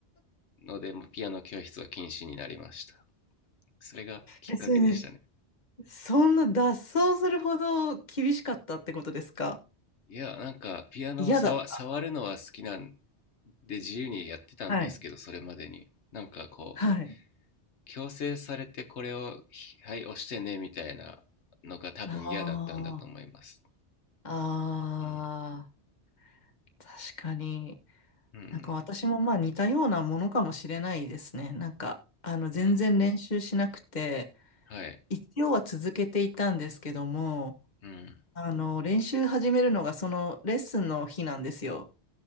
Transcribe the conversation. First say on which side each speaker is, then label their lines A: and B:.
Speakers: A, on the left; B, on the left.
A: ので、もうピアノ教室は禁止になりました。それがきっかけでしたね。
B: え、それ、そんな脱走するほど厳しかったってことですか
A: いや、なんか、ピアノを触、
B: 嫌だった。
A: 触るのは好きなんで自由にやってたんですけど、
B: はい。
A: それまでに。なんかこう、
B: はい。
A: 強制されてこれを、ひはい、押してね、みたいなのが多分嫌だったんだと思います。
B: ああ。ああ。
A: うん。
B: 確かに。
A: うん。
B: なんか私もまあ似たようなものかもしれないですね。なんか、あの、
A: うん。
B: 全然練習しなくて、
A: はい。
B: 一応は続けていたんですけども、
A: うん。
B: あの、練習始めるのがそのレッスンの日なんですよ。